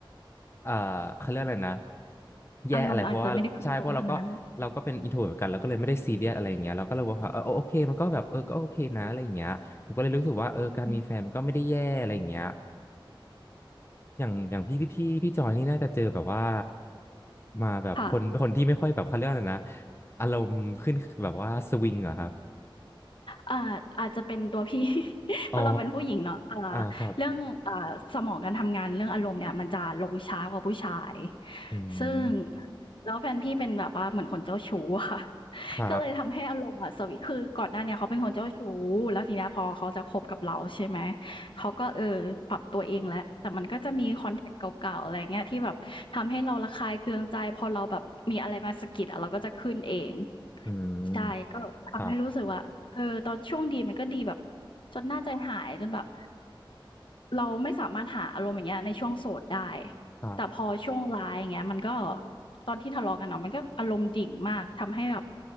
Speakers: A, on the left (about 30°); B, on the left (about 70°).
A: เอ่อเขาเรียกอะไรนะแย่อะไรเพราะว่าใช่เพราะเราก็เราก็เป็นอินโทรเหมือนกันเราก็เลยไม่ได้ซีเรียสอะไรอย่างเงี้ยเราก็เลยบอกว่าเออโอเคมันก็แบบเออก็โอเคนะอะไรอย่างเงี้ยผมก็เลยรู้สึกว่าเออการมีแฟนมันก็ไม่ได้แย่อะไรอย่างเงี้ย
B: อารมณ์อาจจะไม่ได้ขึ้นลงเท่านั้นอืม
A: อย่างอย่างพี่ที่พี่จอยนี่น่าจะเจอแบบว่ามาแบบคนคนที่ไม่ค่อยแบบเขาเรียกอะไรนะ
B: ค่ะ
A: อารมณ์ขึ้นแบบว่าสวิงเหรอะครับ
B: อ่าอาจจะเป็นตัวพี่ <laughs> เพราะเราเป็นผู้หญิงเนาะอ่า
A: อ๋ออ่าครับ
B: เรื่องอ่าสมองการทำงานเรื่องอารมณ์เนี่ยมันจะลงช้ากว่าผู้ชาย
A: อืม
B: ซึ่งแล้วแฟนพี่เป็นแบบว่าเหมือนคนเจ้าชู้อะค่ะ <laughs>
A: ครับ
B: ก็เลยทำให้อารมณ์อะสวิตช์คือก่อนหน้าเนี่ยเขาเป็นคนเจ้าชู้แล้วทีเนี้ยพอเขาจะคบกับเราใช่ไหมเขาก็เออปรับตัวเองแล้วแต่มันก็จะมีคอนแทคเก่าๆอะไรเงี้ยที่แบบทำให้เราระคายเคืองใจพอเราแบบมีอะไรมาสะกิดอะเราก็จะขึ้นเอง
A: อืม
B: ใช่ก็ทำให้รู้สึกว่าเออตอนช่วงดีมันก็ดีแบบ
A: ครับ
B: จนน่าใจหายจนแบบเราไม่สามารถหาอารมณ์อย่างเงี้ยในช่วงโสดได้
A: ครับ
B: แต่พอช่วงร้ายอย่างเงี้ยมันก็ตอนที่ทะเลาะกันเนาะมันก็อารมณ์ดิ่งมากทำให้แบบ